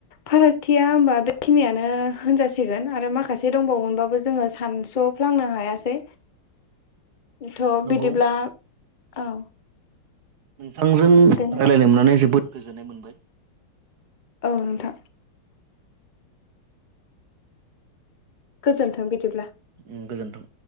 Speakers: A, on the left; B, on the right.
A: फारागथिया होमबा बेखिनियानो होनजासिगोन आरो माखासे दंबावोमोनबाबो जों- जोङो सानस'फ्लांनो हायासै। थ'
B: नंगौ
A: बिदिब्ला औ
B: नोंथांजों
A: दे
B: रायलायनो मोननानै जोबोद गोजोननाय मोनबाय।
A: औ नोंथां। गोजोन्थों बिदिब्ला।
B: उम गोजोन्थों।